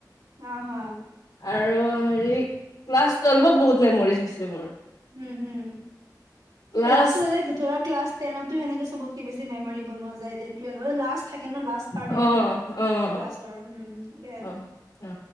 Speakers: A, on the right (about 80°); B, on the left (about 70°).
A: আহ হা।
B: আৰু হেৰি ক্লাছ টুৱেল্ভত বহুত মেমৰিজ হৈছে মোৰ।
A: উম হম,
B: ক্লাছ
A: এই লা ধৰা ক্লাছ টেনটো সেনেকে চবতকে বেছি মেমৰিজ বনোৱা যায়। েলভ লা থাকে ন লাষ্টাৰটো,
B: অ', অ',
A: ক্লাছৰ
B: অ
A: িকে
B: অ অ